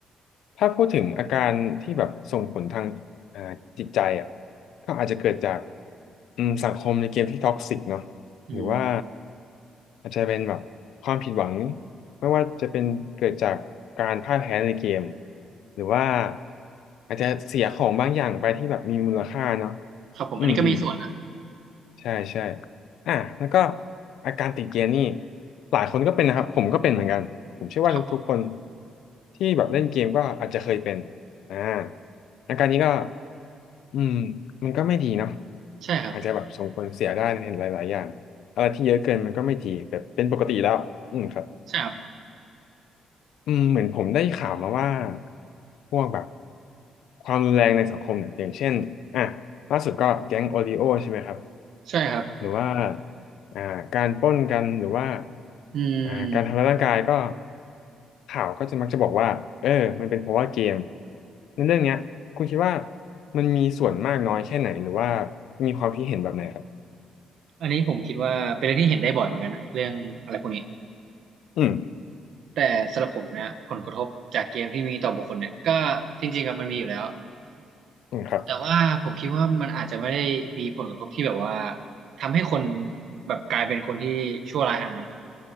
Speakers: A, on the left; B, on the right.
A: ถ้าพูดถึงอาการที่แบบส่งผลทางอ่าจิตใจอ่ะก็อาจจะเกิดจากอืมสังคมในเกมที่ท็อกซิกเนาะ
B: อืม
A: หรือว่าอาจจะเป็นแบบความผิดหวังไม่ว่าจะเป็นเกิดจากการพ่ายแพ้ในเกมหรือว่าอาจจะเสียของบางอย่างไปที่แบบมีมูลค่าเนาะ
B: ครับผมอันนี้ก็มีส่วนนะ
A: อืมอืม ใช่ใช่อ่ะแล้วก็อาการติดเกียร์นี่หลายคนก็เป็นนะครับผมก็เป็นเหมือนกันผมเชื่อว่าทุกๆคน
B: ครับผม
A: ที่แบบเล่นเกมก็อาจจะเคยเป็นอ่าอาการนี้ก็อืมมันก็ไม่ดีเนาะ
B: ใช่ครับ
A: อาจจะแบบส่งผลเสียได้ในหลายๆอย่างอะไรที่เยอะเกินมันก็ไม่ดีแบบเป็นปกติแล้วอืมครับ
B: ใช่ครับ
A: อืมเหมือนผมได้ข่าวมาว่าพวกแบบความรุนแรงในสังคมเนี่ยอย่างเช่นอ่ะล่าสุดก็แก๊งโอริโอใช่ไหมครับ
B: ใช่ครับ
A: หรือว่าอ่าการปล้นกันหรือว่า
B: อืม
A: อ่าการทำร้ายร่างกายก็ข่าวก็จะมักจะบอกว่าเออมันเป็นเพราะว่าเกมในเรื่องเนี้ยคุณคิดว่ามันมีส่วนมากน้อยแค่ไหนหรือว่ามีความคิดเห็นแบบไหนครับ
B: อันนี้ผมคิดว่าเป็นเรื่องที่เห็นได้บ่อยเหมือนกันนะเรื่องอะไรพวกนี้
A: อืม
B: แต่สำหรับผมเนี่ยผลกระทบจากเกมที่มีต่อบุคคลเนี่ยก็จริงๆอะมันมีอยู่แล้ว
A: อืมครับ
B: แต่ว่าผมคิดว่ามันอาจจะไม่ได้มีผลกระทบที่แบบว่าทำให้คนแบบกลายเป็นคนที่ชั่วร้ายขนาดนั้น